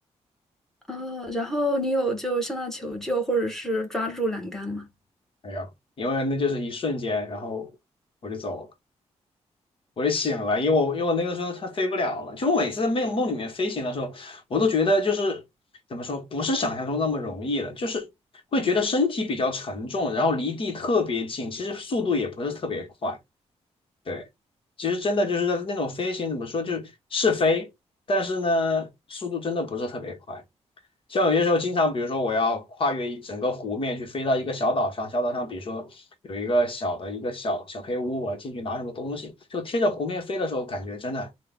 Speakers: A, in the centre; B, on the left.
A: 哦，然后你有就向他求救，或者是抓住栏杆吗？
B: 没有，因为那就是一瞬间，然后我就走了。我就醒了，因为我因为我那个时候它飞不了了，就我每次在梦梦里面飞行的时候，我都觉得就是怎么说，不是想象中那么容易了，就是会觉得身体比较沉重，然后离地特别近，其实速度也不是特别快。对，其实真的就是那种飞行怎么说，就是是飞，但是呢，速度真的不是特别快。像有些时候，经常比如说我要跨越一整个湖面去飞到一个小岛上，小岛上比如说有一个小的一个小小黑屋，我要进去拿什么东西，就贴着湖面飞的时候，感觉真的